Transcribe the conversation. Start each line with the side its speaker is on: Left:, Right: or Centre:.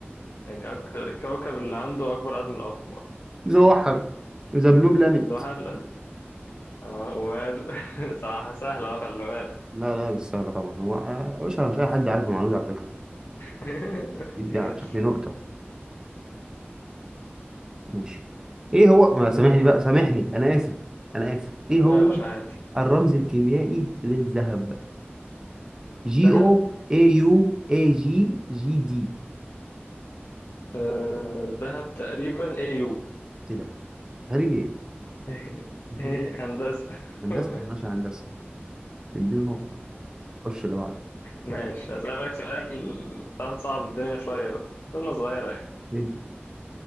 Left: يعني أك... الكوكب اللي عنده اكبر عدد من الاقمار
Right: زوحل ذا بلو بلانيت
Left: زحل ده اه ومال <laughs> صراحة سهلة أهو، خلي بالك
Right: لا لا مش سهلة طبعا هو آه، يا باشا مش أي حد عارف المعلومة دي على فكرة
Left: <laughs>
Right: دي
Left: ماشي
Right: ده بشكل نقطة ماشي إيه هو ما سامحني
Left: يلا
Right: بقى سامحني أنا آسف أنا آسف إيه هو
Left: لا مش عادي
Right: الرمز الكيميائي للذهب
Left: الذهب
Right: جي أو اي يو اي جي جي دي
Left: آه، الذهب تقريبا ايه يو
Right: إيه ده خارج إيه
Left: <laughs>
Right: إديله-
Left: ايه هندسة
Right: هندسة
Left: <laughs>
Right: ماشي هندسة إديله نقطة خش اللي بعده
Left: ماشي هسألك سؤال طبعا صعب الدنيا شوية بقى سنة صغيرة يعني
Right: ندي.